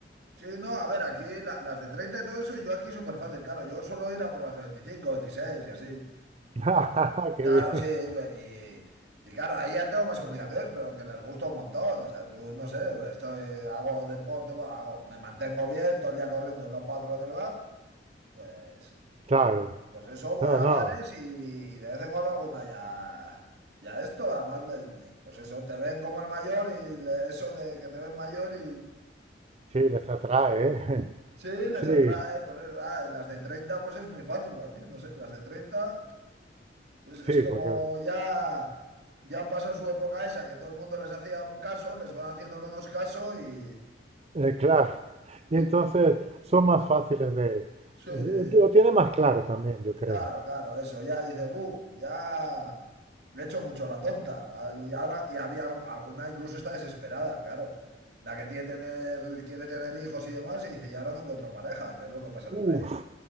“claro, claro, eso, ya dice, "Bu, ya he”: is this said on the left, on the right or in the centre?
Right